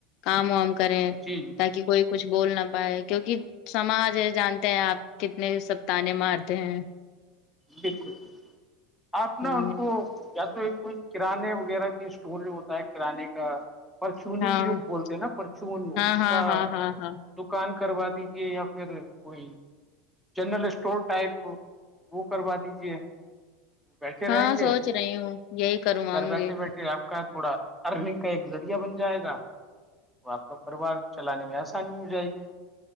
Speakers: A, on the left; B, in the centre.
A: کام وام کریں
B: جی
A: تاکہ کوئی کچھ بول نہ پائے کیونکہ سماج ہے جانتے ہیں آپ کتنے سپتان مارتے ہیں
B: دیکو بال آپ
A: ہ
B: ن ان کو یا تو کوئی کرانے وغیرہ کے اسٹور جو ہوتا ہے کرانے کا پرچونی
A: ہاں
B: کی جو بولتے ہیں نا پرچون اس
A: ہاں ہاں
B: کا
A: ہاں ہاں ہاں
B: دکان کروا دیجیے یا پھر کوئی جنرل اسٹور ٹائپ وہ کروا دیجیے بیٹھے
A: ہاں
B: رہیں گے
A: سوچ رہی ہوں یہی کرواؤں
B: گھر بیٹھے
A: گی
B: بیٹھے آپ کا تھوڑا ارننگ کا ایک ذریعہ بن جائے گا تو آپ کا پروار چلانے میں آسانی ہو جائے گی